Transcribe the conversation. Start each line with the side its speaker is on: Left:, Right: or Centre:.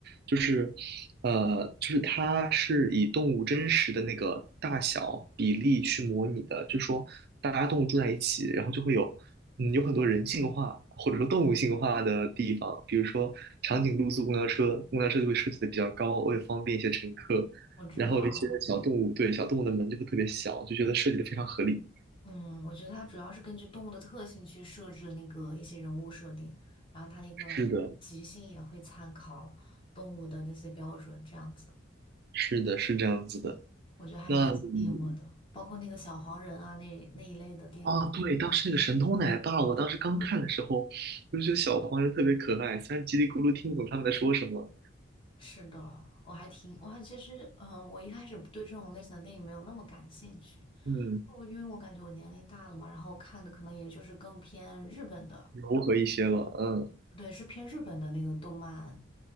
Right: 就是，呃，就是它是以动物真实的那个大小比例去模拟的，就是说大家动物住在一起，然后就会有，嗯，有很多人性化或者说动物性化的地方，比如说长颈鹿坐公交车，公交车就会设计的比较高，为了方便一些乘客，
Left: 我知道。”
Right: 然后一些小动物，对，小动物的门就会特别小，就觉得设计的非常合理。
Left: 嗯，我觉得它主要是根据动物的特性去设置那个一些人物设定，然后它那个即兴也会参考动物的那些标准，
Right: 是的，
Left: 这样子，
Right: 是的，是这样子的。
Left: 我觉得还蛮吸引我的。
Right: 那你
Left: 包括那个小黄人啊，那那一类的电影。
Right: 啊，对，当时那个神偷奶爸，我当时刚看的时候，我就觉得小黄人特别可爱，虽然叽里咕噜听不懂他们在说什么，
Left: 是的，我还挺，我还其实，嗯、呃我一开始对这种类型的电影没有那么感兴趣，
Right: 嗯，
Left: 我因为我感觉我年龄大了嘛，然后看的可能也就是更偏日本的，
Right: 柔和一些了，嗯，
Left: 对，是偏日本的那个动漫，